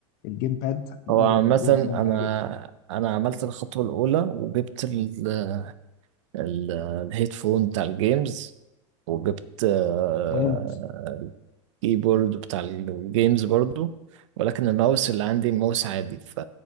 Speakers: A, on the left (about 50°); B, on the right (about 70°).
A: الجيم باد هتلاقيه
B: هو
A: موضوع
B: مثلا
A: ممتع
B: انا
A: جدا
B: انا عملت الخطوه الاولى وجبت ال... ال... الهيدفون بتاع الجيمز وجبت آه،
A: جامد
B: الكيبورد بتاع الجيمز برضو ولكن الماوس اللي عندي ماوس عادي ف...